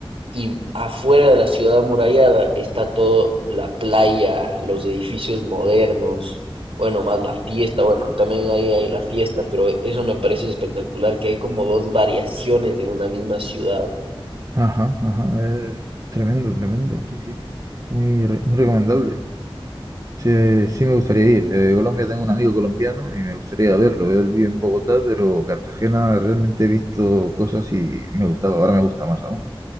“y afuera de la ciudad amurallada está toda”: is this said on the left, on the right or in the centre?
Right